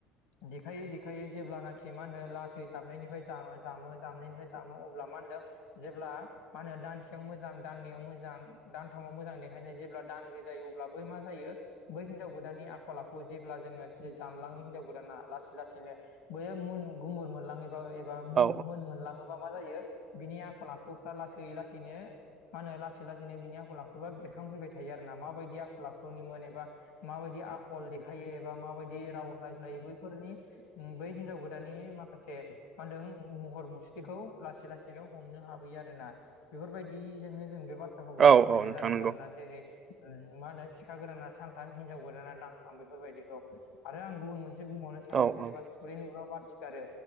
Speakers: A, on the left (about 85°); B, on the right (about 40°).
A: देखायै देखायै जेब्लानाखि मा होनो लासै जामनायनिफ्राय जामो जामनायनिफ्राय जामो अब्ला मा होनदों जेब्ला मा होनो दानसेयाव मोजां दाननैयाव मोजां दानथामाव मोजां देखायजायो जेब्ला दानब्रै जायो अब्ला बै मा जायो बै हिन्जाव गोदाननि आखल आखु जेब्ला जोङो जामलाङो हिनजाव गोदाना लासै लासैनो बैयो मुन गुमुर मोनलाङो एबा मोन
B: औ
A: मुन मोनलाङो। मा जायो बिनि आखल आखुफ्रा लासै लासैनो मा होनो लासै लासैनो बिनि आखलला आखुआ बेरखांफैबाय थायो आरो ना माबायदि आखलाखनिमोन एबा माबायदि आखल देखायो एबा माबायदि राव रायज्लायोबो फोरनि बै हिनजाव गोदाननि माखासे मा होनदों महर मुस्रिखौ लासै लासैनो हमनो हाबोयो आरो ना। बेफोरबायदिजोंनो जों बे बाथ्राखौ
B: औ
A: फोरमायनाय
B: औ नोंथां
A: जादों
B: नंगौ
A: आरोना जेरै मा होनो सिखा गोदाना सानथाम हिनजाव गोदाना दानथाम बेफोरबायदिखौ आरो आं गुबुन मोनसे बुंबावनो सानदों
B: औ
A: जेनबा
B: औ
A: थुरि नुब्ला बाथि गारो